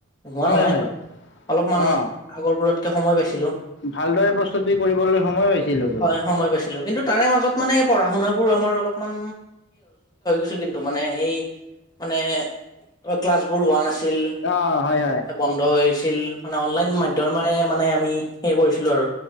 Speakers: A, on the left; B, on the left.
A: <unintelligible>
B: হয়
A: নহয়
B: হয়
A: অলপমান
B: অ
A: আগৰবোৰতকে সময় পাইছিলোঁ।
B: ভালদৰে প্ৰস্তুতি কৰিবলৈ সময় পাইছিলোঁতো।
A: হয় সময় পাইছিলোঁ কিন্তু তাৰে মাজত মানে পঢ়া শুনাবোৰ আমাৰ অলপমান <unintelligible> কিন্তু মানে সেই মানে অ', ক্লাছবোৰ হোৱা নাছিল।
B: অ', হয় হয়।
A: বন্ধ হৈছিল মানে অনলাইন মাধ্যমেৰে মানে আমি সেই কৰিছিলোঁ আৰু